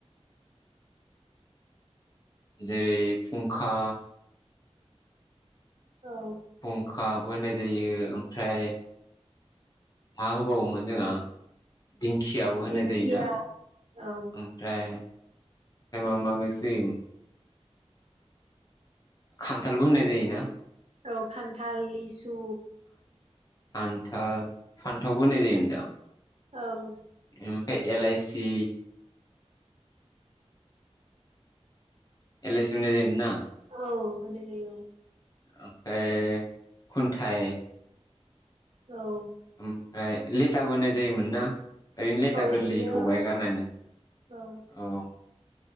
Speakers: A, on the left; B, on the right.
A: जेरै फुंखा
B: औ
A: फुंखा बो होननाय जायो ओमफ्राय मा होबावोमोन जोंहा दिंखियाबो होनाय
B: दिंखिया
A: जायोना
B: औ
A: ओमफ्राय <unintelligible> खान्थालबो होननाय जायोना?
B: औ खान्थाल लिसु
A: आन्था फान्थावबो होननाय जायोमोनदां
B: औ
A: ओमफाय एलाइसि <inaudible> एलाइसि जायोमोन ना?
B: औ होनाय जायो औ
A: ओमफाय खुन्थाइ ।
B: औ
A: ओमफ्राय लेथा बो होनाय जायोमोन ना । ओरैनो लेथा
B: औ
A: गोरलैखौ
B: इदिनो
A: बाय गारनायनाय
B: औ
A: औ